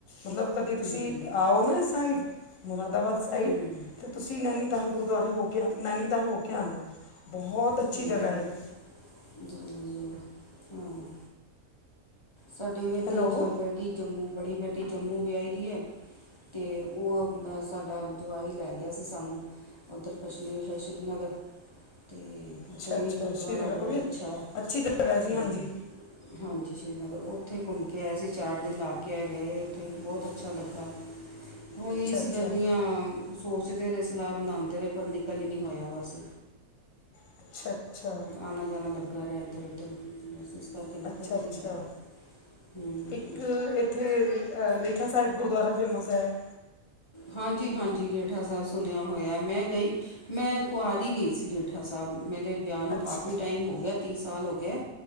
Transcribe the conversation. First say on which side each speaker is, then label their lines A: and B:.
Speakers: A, on the left; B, on the left.
A: ਮਤਲਬ ਕਦੇ ਤੁਸੀਂ
B: ਹੂੰ
A: ਆਓ ਨਾ ਸਾਈਡ ਮੁਰਾਦਾਬਾਦ ਸਾਈਡ
B: ਹੂੰ
A: ਤੇ ਤੁਸੀਂ ਨੈਨੀਤਾਲ ਗੁਰਦੁਆਰੇ ਹੋ ਕੇ ਆ ਨੈਨੀਤਾਲ ਹੋ ਕੇ ਆਣਾ। ਬਹੁਤ
B: <inaudible>
A: ਅੱਛੀ ਜਗ੍ਹਾ ਹੈ ਜੀ
B: ਹਾਂ ਸਾਡੇ ਵੀ ਇਦਾਂ
A: ਹੈਲੋ
B: ਜ ਬੇਟੀ ਜੰਮੂ ਬੜੀ ਬੇਟੀ ਜੰਮੂ ਵਿਆਹੀ ਦੀ ਹੈ। ਅਤੇ ਉਹ ਸਾਡਾ ਜਵਾਈ ਲੈ ਗਿਆ ਸੀ ਸਾਨੂੰ। ਉੱਧਰ ਕਸ਼ਮੀਰ ਏ ਸ਼੍ਰੀਨਗਰ। ਤੇ,
A: ਅੱਛਾ
B: ਉੱਥੇ
A: ਅੱਛਾ
B: ਵੀ ਗੁਰਦੁਆਰਾ
A: ਸ਼੍ਰੀ ਨਗਰ
B: ਬਹੁਤ
A: ਉਹ ਵੀ
B: ਅੱਛਾ ਹੈ,
A: ਅੱਛੀ ਜਗ੍ਹਾ ਹੈ
B: ਤੇ
A: ਜੀ ਹਾਂਜੀ
B: ਹਾਂਜੀ ਜ੍ਰੀ ਉੱਥੇ ਘੁੰਮਕੇ ਆਏ ਸੀ, ਚਾਰ ਦਿਨ ਲਾਕੇ ਆਏ, ਰਹੇ ਉੱਥੇ‌‌‌‌, ਬਹੁਤ ਅੱਛਾ ਲੱਗਾ। ਹੁਣ
A: ਅੱਛਾ
B: ਇਸ
A: ਅੱਛਾ
B: ਗਰਮੀਆਂ ਸੋਚਦੇ ਰਹੇ ਸਲਾਹ ਬਣਾਉਂਦੇ ਰਹੇ, ਪਰ ਨਿਕਲ ਹੀ ਨਹੀਂ ਹੋਇਆ, ਬਸ।
A: ਅੱਛਾ ਅੱਛਾ
B: ਆਨਾ-ਜਾਨਾ ਲੱਗਾ ਰਿਹਾ ਇੱਧਰ-ਉੱਧਰ, ਬਸ ਇਸ ਕਰਕੇ। ਨਿਕਲ
A: ਅੱਛਾ
B: ਹੀ
A: ਅੱਛਾ
B: ਨਹੀਂ ਹੋਇਆ ਹੂੰ
A: ਇੱਕ ਇੱਥੇ ਅ ਰੀਠਾ ਸਾਹਿਬ ਗੁਰਦੁਆਰਾ ਫੇਮਸ ਹੈ
B: ਹਾਂਜੀ ਹਾਂਜੀ ਰੀਠਾ ਸਾਹਿਬ ਸੁਣਿਆ ਹੋਇਆ, ਮੈਂ ਗਈ ਮੈਂ ਕੁਆਰੀ ਗਈ ਸੀ ਰੀਠਾ ਸਾਹਿਬ, ਮੇਰੇ ਵਿਆਹ ਨੂੰ
A: ਅੱਛਾ
B: ਕਾਫੀ ਟਾਈਮ ਹੋ ਗਿਆ, ਤੀਹ ਸਾਲ ਹੋ ਗਿਆ।